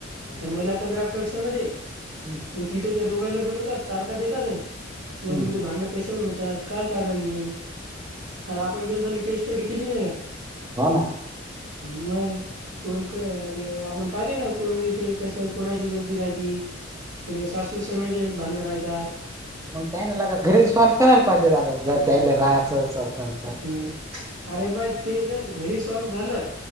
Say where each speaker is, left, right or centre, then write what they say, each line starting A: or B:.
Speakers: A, on the right (about 85°); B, on the right (about 15°).
A: त्या महिला तक्रार कक्षामध्ये
B: हम्!
A: मग तिथे त्या दोघीला बोलवतात तारखा देतातच
B: हम्म
A: तुमचे भांड कसे होन होतात काय कारण हे आता आपण गेल्या साली केस स्टडी केली नाही का.
B: ह ना
A: हम्म मग कोण आपलं आपण पाहिले ना कोण इथे कसं कोणाची गलती राहती. कोणी सासू सून जे भांडण राहत्यात.
B: मग त्यान लग घरी सॉल्व करायला पाहिजे दादा जर त्या राहायचं असेल तर
A: हम्म. अरे बाई ते ज घरी सॉल्व झालं